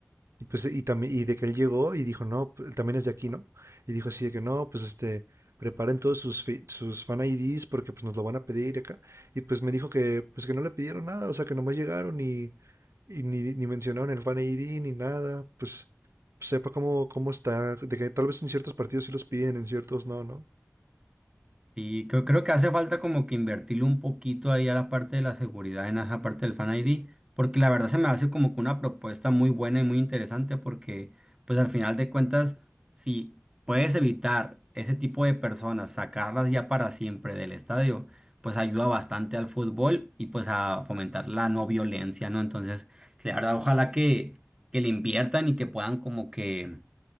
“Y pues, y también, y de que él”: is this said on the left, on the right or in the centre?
Right